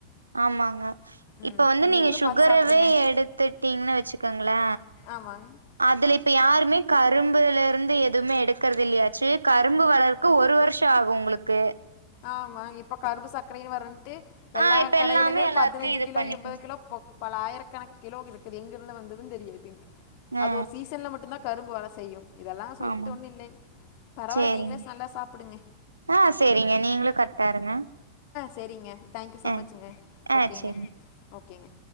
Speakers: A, on the right; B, on the left.
A: ஆமாங்க
B: ம்
A: இப்ப வந்து
B: நீங்களும்
A: நீங்க சுகரவே
B: பார்த்து சாப்பிடுங்க
A: எடுத்துட்டீங்ன்னு வச்சுக்கங்களே
B: ஆமாங்க
A: அதுல இப்ப யாருமே கரும்புல இருந் து எதுவுமே எடுக்கறது இல்லையாச்சு கரும்பு வளர்க்க ஒரு வருஷம் ஆகும் உங்களுக்கு
B: ஆமா இப்போ கரும்பு சக்கரைன்னு வர்ற டு எல்லா
A: ஆ இப்ப
B: கடையிலுமே
A: எல்லாமே எல்லாத்தையு
B: பதினஞ்சு
A: இது
B: கிலோ
A: பண்ணிக்கு
B: எம்பது கிலோ பல ஆயிரக்கணக்கு கிலோ இருக்குது எங்கிருந்து வந்ததும் தெரியாது
A: ஆ
B: அது ஒரு சீசன்ல மட்டும்தான் கரும்பு வர செய்யும் இதெல்லாம் சொல்லிட்டு
A: ஆமா
B: ஒன்னும் இல்லையிங் பரவாயில்ல
A: சேரிங்க
B: நீங்களே நல்லா சாப்பிடுங்க
A: ஆ சேரிங்க நீங்களும் கரெக்ட்டா இருங்க
B: சேரிங்க தேங்க்யூ ஸோமச்ங்க
A: ஆ ஆ
B: ஓகேங்க
A: சேரிங்க
B: ஓகேங்க